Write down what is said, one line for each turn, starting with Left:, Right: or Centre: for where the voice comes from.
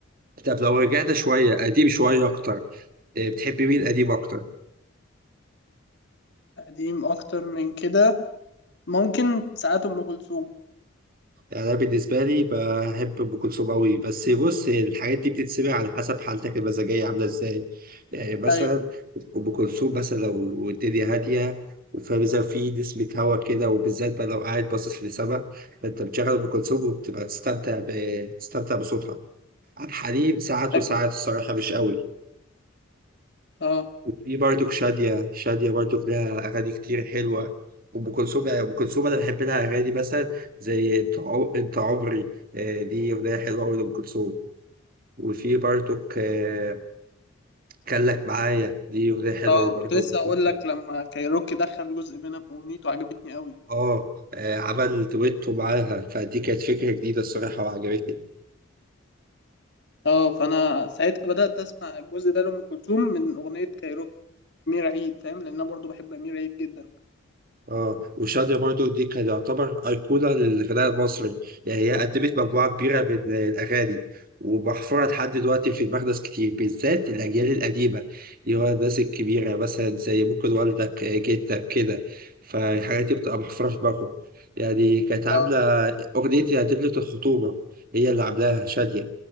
Right: طب لو رجعنا شوية قديم شوية أكتر آه، بتحبي مين قديم أكتر؟
Left: وقديم أكتر من كده ممكن ساعات ام كلثوم
Right: يعني أنا بالنسبة لي بحب أم كلثوم أوي بس بص الحاجات دي بتتسمع على حسب حالتك المزاجية عاملة إزاي يعني مثلا
Left: ايوه
Right: أم كلثوم مثلا لو الدنيا هادية وفاهم إزاي في نسمة هوا كده وبالذات بقى لو قاعد باصص للسما فأنت بتشغل أم كلثوم وبتبقى تستمتع ب- تستمتع بصوتها عبد الحليم ساعات
Left: فاكر
Right: وساعات الصراحة مش قوي
Left: اه
Right: وفي برضك شادية شادية برضك لها أغاني كتير حلوة وأم كلثوم يعني أم كلثوم أنا بحب لها أغاني مثلا زي أنت عو- أنت عمري آه، دي أغنية حلوة أوي لأم كلثوم وفي برضك آه، كان لك معايا دي أغنية حلوة
Left: اه
Right: برضه
Left: كنت لسه
Right: لأم
Left: اقول
Right: كلثوم
Left: لك لما كايروكي دخل جزء منها في اغنيته عجبتني قوي
Right: آه آه، عمل دويتو معاها فدي كانت فكرة جديدة الصراحة وعجبتني
Left: اه فانا ساعتها بدات اسمع الجزء ده لام كلثوم من اغنيه كايروكي امير عيد فاهم لان انا برضو بحب امير عيد جدا
Right: اه وشادية برضو دي كان يعتبر أيقونة للغناء المصري يعني هي قدمت مجموعة كبيرة من الأغاني ومحفورة لحد دلوقتي في دماغ ناس كتير بالذات الأجيال القديمة اللي هو الناس الكبيرة مثلا زي ممكن والدك جدك كده فالحاجات دي بتبقى محفورة في دماغهم يعني كانت عاملة
Left: اه
Right: أغنية يا دبلة الخطوبة هي اللي عاملاها شادية